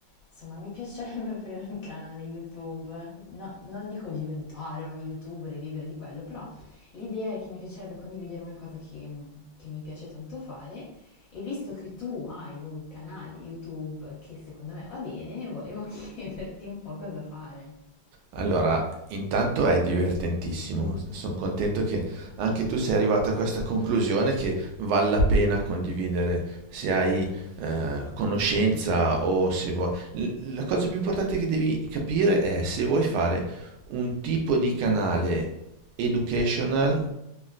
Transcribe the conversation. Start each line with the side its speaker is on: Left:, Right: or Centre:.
Left: insomma, mi <laughs> piacerebbe aprire un canale YouTube. No- non dico diventare una YouTuber e vivere di quello, però l'idea è che mi piacerebbe condividere una cosa che, mm, che mi piace tanto fare e visto che tu hai un canale YouTube che secondo me va bene, volevo <laughs> chiederti un po' cosa fare.
Right: Allora, intanto è divertentissimo. Sono contento che anche tu sei arrivata a questa conclusione che vale la pena condividere se hai eh, conoscenza o se vuoi. L- la cosa più importante che devi capire è se vuoi fare un tipo di canale educational